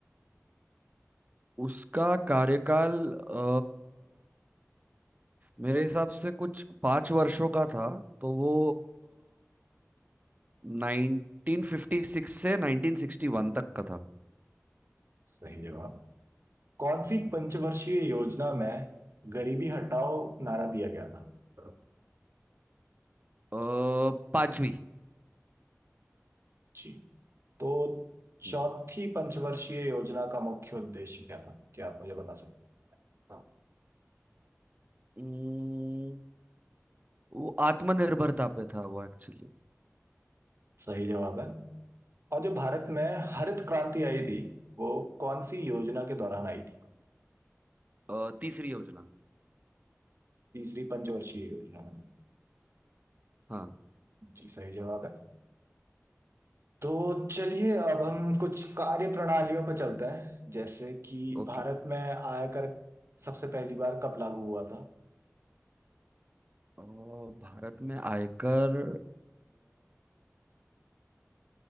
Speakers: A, on the right; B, on the right.
A: उसका कार्यकाल अ, मेरे हिसाब से कुछ पाँच वर्षों का था तो वो नाइनटीन फिफ्टी सिक्स से नाइनटीन सिक्सटी वन तक का था अ,
B: सही जवाब कौन सी
A: हम्म
B: पंचवर्षीय योजना में गरीबी हटाओ नारा दिया गया था
A: अ, पांचवी
B: जी तो
A: हम्म
B: चौथी पंचवर्षीय योजना का मुख्य उद्देश्य क्या था क्या आप मुझे बता सकते हैं?
A: उम्म, वो आत्मनिर्भरता पे था वो एक्चुअली
B: सही जवाब है और जो भारत में हरित क्रांति आई थी वो कौन सी योजना के दौरान आई थी
A: अ, तीसरी योजना
B: तीसरी पंचवर्षीय योजना में
A: हाँ
B: जी सही जवाब है तो चलिए अब हम कुछ कार्य प्रणालियों पर चलते हैं जैसे कि
A: ओके
B: भारत में आयकर सबसे पहली बार कब लागू हुआ था
A: अ, भारत में आयकर